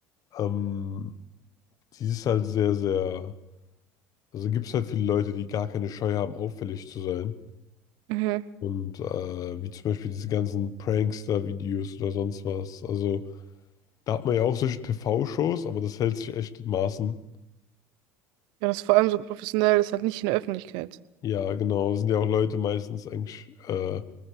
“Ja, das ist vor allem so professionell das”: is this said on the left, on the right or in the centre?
Right